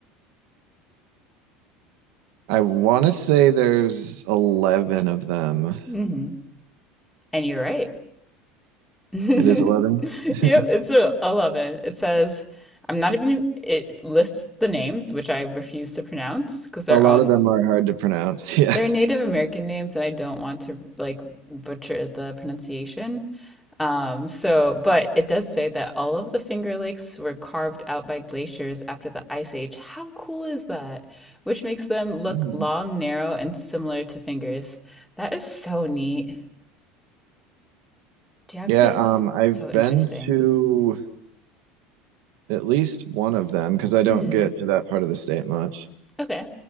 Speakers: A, on the right; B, in the centre.
A: I want to say there's 11 of them.
B: hmm And you're right. <laughs>
A: It is 11. <laughs>
B: Yep, it's a 11. It says I'm not even it lists the names, which I refuse to pronounce because they're
A: A lot
B: all
A: of them are hard to pronounce. <laughs> Yeah.
B: they're Native American names and I don't want to like butcher the pronunciation. Um, so, but it does say that all of the Finger Lakes were carved out by glaciers after the Ice Age. How cool is that? Which makes them look
A: Mhm.
B: long, narrow, and similar to fingers. That is so neat. Geography's
A: Yeah, um, I've
B: so interesting.
A: been to at least one of them because I don't
B: Hmm.
A: get to that part of the state much.
B: Okay.